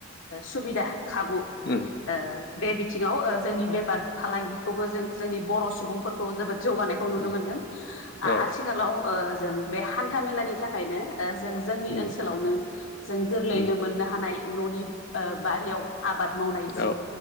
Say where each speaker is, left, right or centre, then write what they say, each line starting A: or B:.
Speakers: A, on the left; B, on the left.
A: सुबिदा खाबु
B: उम
A: बे बिथिङाव जोंनि बेफार फालांगिखौबो जों जोंनि बर' सुबुंफोरखौ जोबोद जौगानायखौ नुनो
B: उम
A: मोनदों आथिखालाव
B: औ
A: जों बे हान्था मेलानि थाखायनो जों जोंनि
B: उम
A: ओनसोलावनो जों गोरलैयैनो
B: उम
A: मोननो हानाय न'नि बारियाव आबाद मावनाय जि
B: औ